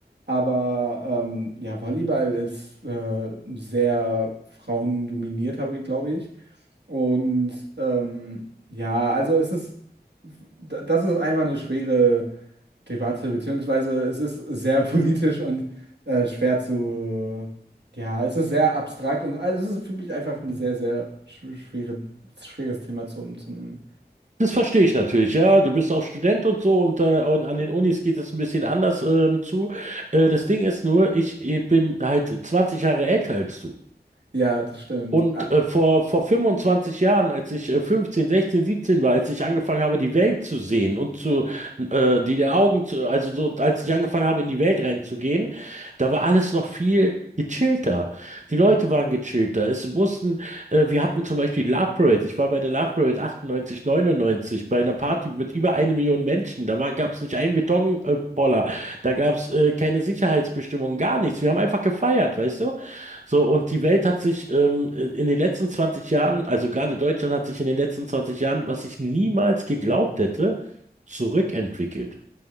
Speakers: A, on the right; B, on the right.
A: Aber ähm, ja, Volleyball ist äh, sehr frauendominiert, habe ich, glaube ich. Und ähm, ja, also es ist, da- das ist einfach eine schwere Debatte, beziehungsweise es ist sehr <laughs> politisch und äh, schwer zu, ja, es ist sehr abstrakt und also es ist für mich einfach ein sehr, sehr schw- schwere, schweres Thema zum, zum,
B: Das verstehe ich natürlich, ja. Du bist auch Student und so und, äh, und an den Unis geht es ein bisschen anders ähm, zu. Äh, das Ding ist nur, ich, ich bin halt 20 Jahre älter als du.
A: ja, das stimmt.
B: Und
A: Äh,
B: äh, vor, vor 25 Jahren, als ich äh, 15, 16, 17 war, als ich angefangen habe, die Welt zu sehen und zu, äh, die der Augen zu, also so, als ich angefangen habe, in die Welt reinzugehen, da war alles noch viel gechillter. Die Leute waren gechillter. Es mussten, äh, wir hatten zum Beispiel Love Parade. Ich war bei der Love Parade 98, 99 bei einer Party mit über eine Million Menschen. Da gab es nicht einen Betonpoller. Äh, Poller. da gab es äh, keine Sicherheitsbestimmungen, gar nichts. Wir haben einfach gefeiert, weißt du? So, und die Welt hat sich ähm, in den letzten 20 Jahren, also gerade Deutschland hat sich in den letzten 20 Jahren, was ich niemals geglaubt hätte, zurückentwickelt.